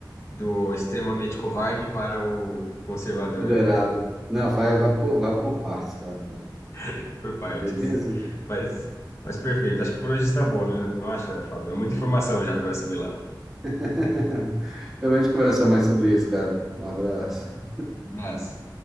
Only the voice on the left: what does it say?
do extremamente covarde para o conservador,
<laughs> por partes.
Mas, mas perfeito, acho que por hoje está bom, né? Não acha, Fábio? É muita informação já para eu assimilar.
Um abraço.